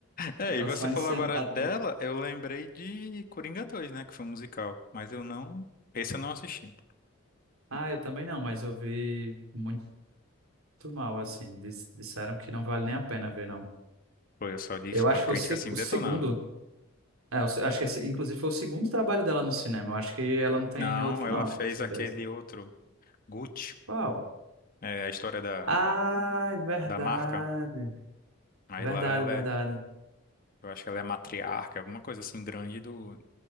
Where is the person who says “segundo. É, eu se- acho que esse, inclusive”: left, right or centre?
Right